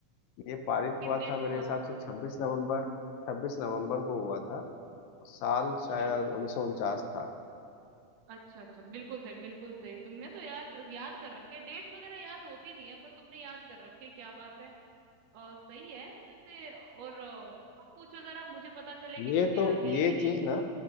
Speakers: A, on the left (about 80°); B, on the right (about 75°).
A: ये पारित
B: किस
A: हुआ
B: डेट
A: था मेरे
B: को हुआ
A: हिसाब
B: था
A: से 26 नवंबर 26 नवंबर को हुआ था और साल
B: अच्छा
A: शायद उन्नीस सौ उनचास था
B: अच्छा अच्छा बिल्कुल सही बिल्कुल सही तुमने तो यार याद कर रखे डेट्स वगैरह याद होती नहीं है पर तुमने याद कर रखे हैं, क्या बात है और सही है वैसे और अ, तुम पूछो जरा मुझे पता चले कि
A: ये
B: मुझे
A: तो
B: आती
A: ये
B: है कि नहीं
A: चीज ना